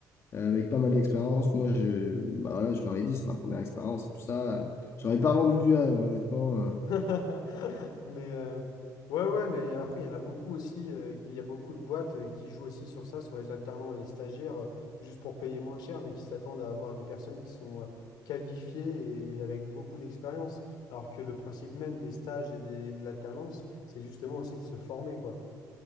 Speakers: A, on the left; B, on the left.
A: euh, avec pas mal d'expérience. Moi, je, bah, voilà, je leur ai dit, c'est ma première expérience et tout ça. j'aurais pas vendu du rêve, hein, honnêtement. euh,
B: <laughs> Mais euh, ouais, ouais, mais y a- après, il y en a beaucoup aussi, euh, qui- il y a beaucoup de boîtes euh, qui jouent aussi sur ça, sur les alternants et les stagiaires, euh, juste pour payer moins cher, mais qui s'attendent à avoir des personnes qui sont euh, qualifiées et avec beaucoup d'expérience. Alors que le principe même des stages et des- de l'alternance, c'est justement aussi de se former, quoi.